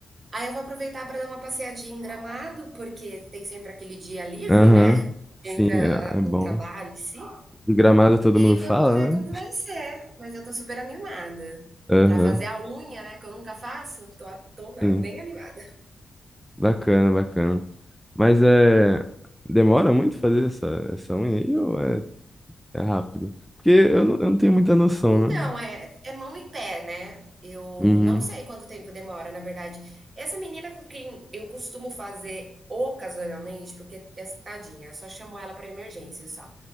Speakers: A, on the right; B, in the centre.
A: Aí eu vou aproveitar para dar uma passeadinha em Gramado, porque tem sempre aquele dia livre,
B: Aham.
A: né?
B: Sim,
A: Entre a-
B: é, é bom.
A: a- o trabalho, sim.
B: E Gramado todo
A: E
B: mundo fala,
A: vamos ver
B: né?
A: como vai ser, mas eu tô super animada.
B: Aham.
A: Pra fazer a unha, né, que eu nunca faço, tô tô
B: Sim.
A: bem animada.
B: Bacana, bacana. Mas é. Demora muito fazer essa, essa unha aí ou é, é rápido? Porque eu não, eu não tenho muita noção,
A: Então,
B: né?
A: é é mão e pé, né, eu
B: Uhum.
A: não sei quanto tempo demora, na verdade. Essa menina com quem eu costumo fazer ocasionalmente, porque é tadinha, eu só chamo ela pra emergência só.